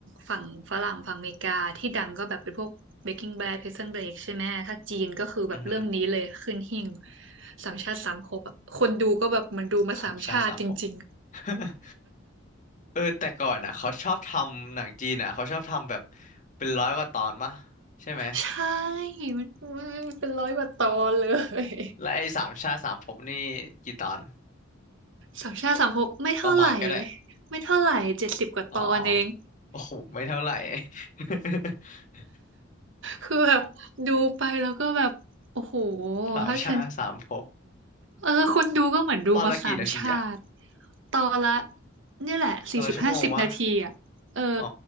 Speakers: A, on the right; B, on the left.
A: ฝั่งฝรั่งฝั่งอเมริกาที่ดังก็แบบเป็นพวก Breaking Bad Prison Break ใช่ไหม ถ้าจีนก็คือแบบเรื่องนี้เลยขึ้นหิ้ง
B: อือหือ
A: สามชาติสามภพอะคนดูก็แบบเหมันดูมาสามชาติจริง
B: ธรรมชาติสามภพ <laughs> เออแต่ก่อนอ่ะเขาชอบทำหนังจีนอ่ะเขาชอบทำแบบเป็นร้อยกว่าตอนมะใช่ไหม
A: ใช่มันมันเป็นร้อยกว่าตอนเลย
B: และไอ้สามชาติสามภพนี่กี่ตอน
A: สามชาติสามภพไม่เท่าไหร่
B: ประมาณก็ได้
A: ไม่เท่าไหร่เจ็ดสิบกว่าตอนเอง
B: อ๋อ <laughs> โอ้โหไม่เท่าไหร่ <laughs>
A: คือแบบดูไปแล้วก็แบบโอ้โห
B: สามชาติสามภพ
A: ถ้าฉันเออคนดูก็เหมือนดูมาสามชาติ
B: ตอนละกี่นาทีอะ
A: ตอนละเนี่ยแหละสี่สิบห้าสิบนาทีอ่ะเออ
B: ตอนละชั่วโมงวะอ๋อ